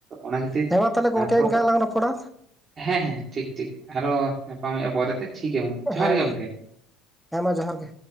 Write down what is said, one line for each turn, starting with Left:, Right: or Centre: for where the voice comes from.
Right: ᱚᱱᱟ ᱠᱷᱟᱹᱛᱤᱨ
Centre: ᱦᱮᱸ ᱢᱟ ᱛᱟᱦᱚᱞᱮ ᱜᱚᱢᱠᱮ
Right: ᱥᱚᱴᱚᱜ
Centre: ᱤᱱᱠᱟ ᱜᱮᱞᱟᱝ ᱨᱚᱯᱚᱲᱟ᱾
Right: ᱦᱮᱸ ᱦᱮᱸ ᱴᱷᱤᱠ ᱴᱷᱤᱠ ᱟᱨᱚ ᱧᱟᱯᱟᱢ ᱦᱩᱭᱩᱜᱼᱟ ᱯᱚᱨᱮᱛᱮ ᱴᱷᱤᱠ ᱜᱮᱭᱟ ᱜᱚᱝᱠᱮ ᱡᱚᱦᱟᱨ
Centre: ᱦᱮᱸ
Right: ᱜᱮ
Centre: ᱢᱟ
Right: ᱜᱚᱝᱠᱮ᱾
Centre: ᱦᱮᱸ ᱢᱟ ᱡᱚᱦᱟᱨ ᱜᱮ᱾